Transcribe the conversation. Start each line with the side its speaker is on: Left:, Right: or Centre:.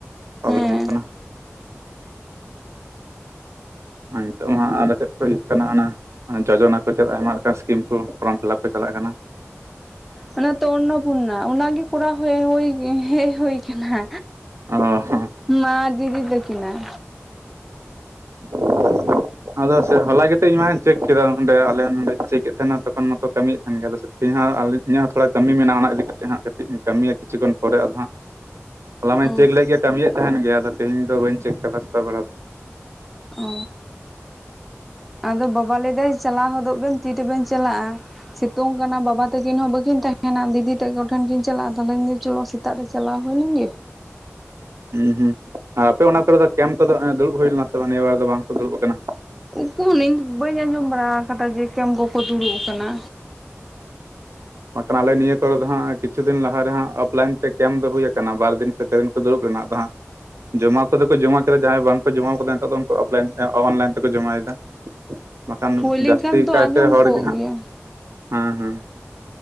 Right: ᱯᱨᱚᱵᱞᱮᱢᱚᱜ
Centre: ᱦᱮᱸ
Right: ᱠᱟᱱᱟ᱾ ᱟᱨ ᱱᱤᱛᱚᱜ ᱢᱟ ᱦᱟᱸᱜ ᱟᱨ ᱪᱮᱫ ᱠᱚ ᱤᱭᱟᱹᱜ ᱠᱟᱱᱟ ᱚᱱᱟ ᱡᱚᱡᱚᱱᱟ ᱠᱚ ᱪᱮᱫ ᱟᱭᱢᱟ ᱞᱮᱠᱟᱱ ᱥᱠᱤᱢ ᱠᱚ, ᱯᱷᱨᱚᱢ ᱯᱷᱤᱞᱟᱯ ᱠᱚ ᱪᱟᱞᱟᱜ ᱠᱟᱱᱟ᱾
Centre: ᱚᱱᱟ ᱛᱚ ᱚᱱᱱᱚᱯᱩᱨᱱᱟ ᱚᱱᱟᱜᱮ ᱠᱚᱨᱟᱣ ᱦᱮᱡ ᱦᱩᱭ ᱦᱮᱡ ᱦᱩᱭ ᱠᱟᱱᱟ᱾
Right: ᱚ ᱦᱚᱸ᱾
Centre: ᱢᱟ ᱫᱤᱫᱤ ᱛᱟᱠᱤᱱᱟᱜ᱾
Right: ᱚ᱾ ᱟᱫᱚ ᱥᱮ ᱦᱚᱞᱟ ᱜᱮᱛᱚ ᱠᱟᱛᱮ ᱤᱧ ᱢᱟ ᱦᱟᱧ ᱪᱮᱠ ᱠᱮᱫᱟ ᱚᱸᱰᱮ ᱟᱞᱮ ᱱᱚᱸᱰᱮ ᱪᱮᱠᱮᱫ ᱛᱟᱦᱮᱱᱟ ᱛᱚᱠᱷᱚᱱ ᱢᱟᱛᱚ ᱠᱟᱹᱢᱤᱭᱮᱫ ᱛᱟᱦᱮᱱ ᱜᱮ ᱟᱞᱮ ᱥᱮᱫ ᱛᱮᱦᱤᱧ ᱦᱚᱸ ᱟᱞᱤᱡ ᱤᱧᱟᱹᱜ ᱦᱚᱸ ᱛᱷᱚᱲᱟ ᱠᱟᱹᱢᱤ ᱢᱮᱱᱟᱜᱼᱟ ᱚᱱᱟ ᱤᱫᱤ ᱠᱟᱛᱮᱜ ᱦᱟᱸᱜ ᱠᱟᱹᱴᱤᱡ ᱤᱧ ᱠᱟᱹᱢᱤᱭᱟ ᱠᱤᱪᱷᱩ ᱜᱟᱱ ᱯᱚᱨᱮ ᱟᱫᱚ ᱦᱟᱸᱜ ᱦᱚᱞᱟ ᱢᱟᱧ
Centre: ᱚ
Right: ᱪᱮᱠ ᱞᱮᱜ ᱜᱮᱭᱟ ᱠᱟᱢᱤᱭᱮᱫ ᱛᱟᱦᱮᱱ ᱜᱮᱭᱟ ᱟᱫᱚ ᱛᱮᱦᱮᱧ ᱫᱚ ᱵᱟᱹᱧ ᱪᱮᱠ ᱠᱟᱫᱟ ᱥᱮᱛᱟᱜ ᱵᱮᱲᱟ ᱫᱚ᱾
Centre: ᱚ ᱟᱫᱚ ᱵᱟᱵᱟ ᱞᱟᱹᱭᱫᱟᱭ ᱪᱟᱞᱟᱣ ᱦᱚᱫᱚᱜ ᱵᱮᱱ ᱛᱤ ᱨᱮᱵᱮᱱ ᱪᱟᱞᱟᱜᱼᱟ᱾ ᱥᱤᱛᱩᱝ ᱠᱟᱱᱟ ᱵᱟᱵᱟ ᱛᱟᱹᱠᱤᱱ ᱦᱚᱸ ᱵᱟᱹᱠᱤᱱ ᱛᱟᱦᱮᱱᱟ ᱫᱤᱫᱤ ᱛᱟᱠᱚ ᱴᱷᱮᱱ ᱠᱤᱱ ᱪᱟᱞᱟᱜᱼᱟ ᱛᱟᱦᱚᱞᱮᱧ ᱪᱚᱞᱚ ᱥᱤᱛᱩᱝᱼᱼ ᱥᱮᱛᱟᱜ ᱨᱮ ᱪᱟᱞᱟᱣ ᱦᱩᱭ ᱞᱮᱱ ᱜᱮ
Right: ᱦᱩᱸ ᱦᱩᱸ ᱟᱯᱮ ᱚᱱᱟ ᱠᱚᱨᱮ ᱫᱚ ᱠᱮᱢᱯ ᱠᱚᱫᱚ ᱫᱩᱲᱩᱵ ᱦᱩᱭ ᱞᱮᱱᱟ ᱥᱮ ᱵᱟᱝ ᱱᱤᱭᱟᱹ ᱵᱟᱨ ᱫᱚ ᱵᱟᱝ ᱠᱚ ᱫᱩᱲᱩᱵ ᱠᱟᱱᱟ
Centre: ᱩᱠᱩᱨ ᱤᱧ ᱵᱟᱹᱧ ᱟᱸᱡᱚᱢ ᱵᱟᱲᱟ ᱠᱟᱫᱟ ᱡᱮ ᱠᱮᱢ ᱠᱚᱠᱚ ᱫᱩᱲᱩᱵ ᱠᱟᱱᱟ
Right: ᱵᱟᱝ ᱠᱷᱟᱱ ᱟᱞᱮ ᱱᱤᱭᱟᱹ ᱠᱚᱨᱮ ᱫᱚ ᱦᱟᱸᱜ ᱠᱤᱪᱷᱩ ᱫᱤᱱ ᱞᱟᱦᱟ ᱨᱮ ᱦᱟᱸᱜ ᱚᱯᱷᱞᱟᱭᱤᱱ ᱛᱮ ᱠᱮᱢ ᱫᱚ ᱦᱩᱭ ᱠᱟᱱᱟ ᱵᱟᱨ ᱫᱤᱱ ᱥᱮᱼᱼ ᱯᱮ ᱫᱤᱱ ᱠᱚ ᱫᱩᱲᱩᱵ ᱞᱮᱱᱟ ᱟᱫᱚ ᱦᱟᱸᱜ ᱡᱚᱢᱟ ᱠᱚᱫᱚ ᱠᱚ ᱡᱚᱢᱟ ᱠᱮᱫᱟ ᱡᱟᱦᱟᱸᱭ ᱵᱟᱝ ᱠᱚ ᱡᱚᱢᱟ ᱠᱟᱫᱟ ᱱᱤᱛᱚᱜ ᱫᱚ ᱩᱱᱠᱩ ᱚᱯᱞᱟᱭᱤᱱ ᱚᱱᱞᱟᱭᱤᱱ ᱛᱮᱠᱚ ᱡᱚᱢᱟᱭ ᱮᱫᱟ ᱵᱟᱠᱷᱟᱱ
Centre: ᱦᱩᱭ ᱞᱮᱱᱠᱷᱟᱱ
Right: ᱡᱟᱥᱛᱤ
Centre: ᱫᱚ
Right: ᱠᱟᱭᱛᱮ
Centre: ᱟᱸᱡᱚᱢ
Right: ᱦᱚᱲ
Centre: ᱠᱚᱜ
Right: ᱜᱮ ᱦᱟᱸᱜ
Centre: ᱜᱮᱭᱟ
Right: ᱦᱮᱸ ᱦᱮᱸ